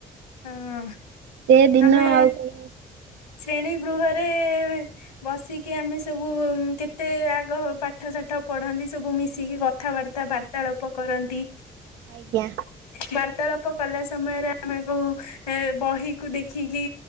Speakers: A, on the left; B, on the right.
A: ହଁ।
B: ସେ ଦିନ
A: ଆମେ
B: ଆଉ କାଇଁ
A: ଶ୍ରେଣୀ ଗୃହରେ ବସିକି ଆମେ ସବୁ କେତେ ଆଗ ପାଠ ସାଠ ପଢ଼ନ୍ତି, ସବୁ ମିଶିକି କଥାବାର୍ତ୍ତା ବାର୍ତ୍ତା ପା ତାଳପ କରନ୍ତି।
B: ଆଜ୍ଞା।
A: ବାର୍ତାଳାପ କଲା ସମୟରେ ଆମେ କଉ ଏ ବହିକୁ ଦେଖିକି